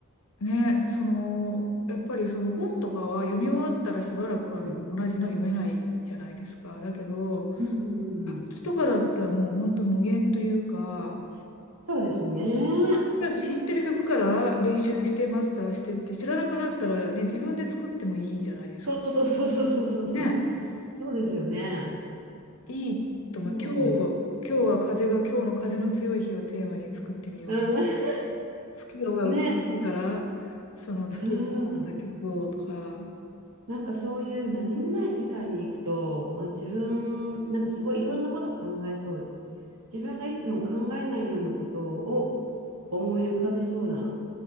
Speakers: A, on the left; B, on the right.
A: ね、その、やっぱりその本とかは読み終わったらしばらくはもう同じの読めないじゃないですか。
B: うん。
A: だけど、
B: うんうんうんうん。
A: 楽器とかだったらもう本当無限というか、
B: そうですよね。
A: とりあえず知ってる曲から練習してマスターしてって、知らなくなったらね、自分で作ってもいいじゃないですか。
B: そうそうそうそうそうそうそう。
A: ね。
B: そうですよね。
A: いいと思う。
B: そ
A: 今日、今日は風が、今日の風の強い日をテーマに作ってみようと。
B: う。う
A: 月夜が美しいから、
B: ん。ね。
A: その月夜になった曲をとか。
B: うーん。なんかそういう何もない世界に行くと、まあ自分、なんかすごいいろんなこと考えそう。自分がいつも考えないようなことを思い浮かびそうな